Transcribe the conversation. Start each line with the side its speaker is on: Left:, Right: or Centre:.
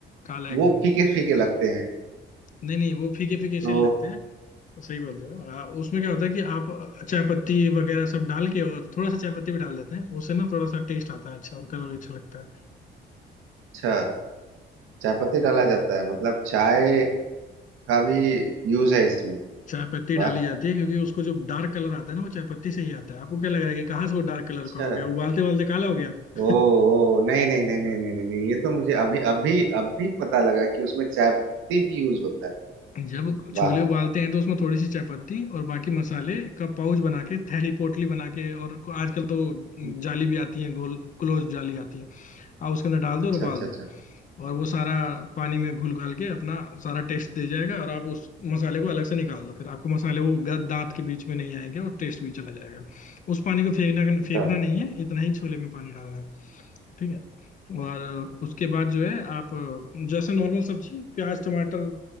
Left: काला एकदम
Right: वो फीके फीके लगते हैं
Left: नहीं नहीं वो फीके फीके से
Right: तो
Left: लगते हैं तो सही बोल रहे हो आ, उसमें क्या होता है कि आप चाय पत्ती वगैरह सब डाल के और थोड़ा सा चाय पत्ती भी डाल देते हैं उससे ना थोड़ा सा टेस्ट आता है अच्छा और कलर भी अच्छा लगता है
Right: अच्छा चाय पत्ती डाला जाता है मतलब चाय का भी यूज है इसमें
Left: चाय पत्ती
Right: वाह
Left: डाली जाती है क्योंकि उसको जो डार्क कलर आता है ना वो चाय पत्ती से ही आता है आपको क्या लग रहा है कि कहाँ से वो डार्क कलर
Right: अच्छा
Left: का हो गया उबालते उबालते काला हो गया <laughs>
Right: ओ ओ नहीं नहीं नहीं नहीं नहीं नहीं नहीं, ये तो मुझे अभी अभी अभी पता लगा कि उसमें चाय भी यूज होता है
Left: जब
Right: वाह
Left: छोले उबालते हैं तो उसमें थोड़ी सी चाय पत्ती और बाकी मसाले का पाउच बना के थैली पोटली बना के और आजकल तो
Right: हम्म,
Left: जाली भी आती है गोल क्लोज जाली आती है आप उसके अंदर डाल दो
Right: अच्छा
Left: और उबाल
Right: अच्छा
Left: दो
Right: अच्छा
Left: और वो सारा पानी में घुल घाल के अपना सारा टेस्ट दे जाएगा और आप उस मसाले को अलग से निकाल दो फिर आपको मसाले वो ग- दांत के बीच में नहीं आएंगे और टेस्ट भी चला जाएगा उस पानी को फेंकना फेंकना
Right: अच्छा
Left: नहीं है इतना ही छोले में पानी डालना है ठीक है और उसके बाद जो है आप जैसे नॉर्मल सब्जी प्याज टमाटर